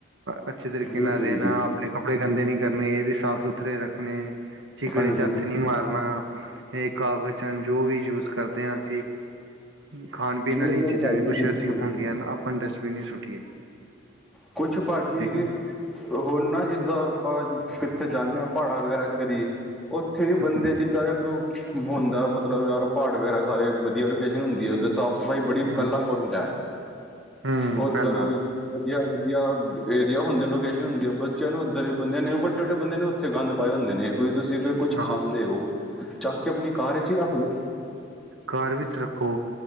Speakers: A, on the right; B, in the centre.
A: ਅੱਛੇ ਤਰੀਕੇ
B: ਬਿਲਕੁਲ
A: ਨਾਲ ਰਹਿਣਾ,
B: ਜੀ
A: ਆਪਣੇ ਕੱਪੜੇ ਗੰਦੇ ਨੀ ਕਰਨੇ, ਇਹ ਵੀ ਸਾਫ਼ ਸੁਥਰੇ ਰੱਖਣੇ। ਚਿਗੜੇ
B: ਹਾਂਜੀ
A: ਚ' ਹੱਥ ਨ ਮਾਰਨਾ, ਇਹ ਕਾਗਜ਼ ਚ' ਜੋ ਵੀ ਯੂਜ ਕਰਦੇ ਹਾਂ। ਅਸੀਂ ਖਾਣ -ਪੀਣ
B: ਬਿਲਕੁਲ
A: ਵਾਲੀਆਂ, ਚੀਜ਼ਾਂ
B: ਭਾਜੀ
A: ਵੀ ਕੁਛ
B: ਬਿਲਕੁਲ
A: ਐਸੀਆਂ ਹੁੰਦੀਆਂ ਹਨ। ਆਪਾਂ ਡਸਟਬਿਨ ਨਹੀਂ ਸੁੱਟੀਏ।
B: ਕੁਛ ਭਾਜੀ
A: ਠੀਕ ਹੈ ਨਾ
B: ਹੋਣ ਨਾ ਜਿੱਦਾਂ, ਆਪਾਂ ਕਿੱਥੇ ਜਾਂਦੇ ਹਾਂ ਪਹਾੜਾਂ ਵਗੈਰਾ ਚ' ਕਦੀ ਉੱਥੇ ਵੀ
A: ਹੂੰ,
B: ਬੰਦੇ ਜਿੱਦਾਂ, ਪਰੁ ਹੁੰਦਾ ਮਤਲਬ ਯਾਰ ਪਹਾੜ ਵਗੈਰਾ, ਸਾਰੇ ਵਧੀਆ ਲੋਕੇਸ਼ਨ ਹੁੰਦੀ ਹੈ। ਉੱਧਰ ਸਾਫ਼ ਸਫ਼ਾਈ ਬੜੀ ਪਹਿਲਾਂ
A: ਹੂੰ,
B: ਪੁਇੰਟ ਹੈ।
A: ਹੂੰ
B: ਉਓਧਰ
A: ਪਹਿਲਾ
B: ਵਧੀਆ ਵਧੀ, ਏਆ ਹੁੰਦੇ ਲੋਕੇਸ਼ਨ ਹੁੰਦੀ ਆ ਬੱਚਿਆਂ ਨੂੰ ਉੱਧਰ ਬੰਦਿਆਂ ਨੇ ਵੱਡੇ- ਵੱਡੇ ਬੰਦੇਿਆਂ ਨੇ ਉੱਥੇ ਗੰਦ ਪਾਏ ਹੁੰਦੇ ਨੇ ਵੀ, ਤੁਸੀਂ ਕੋ ਕੁਛ
A: ਹਾਂ
B: ਖਾਂਦੇ ਹੋ, ਚੱਕ ਕੇ ਆਪਣੀ ਕਾਰ ਵਿਚ ਹੀ ਰੱਖ ਲੋਓ।
A: ਘਰ ਵਿੱਚ ਰੱਖੋ,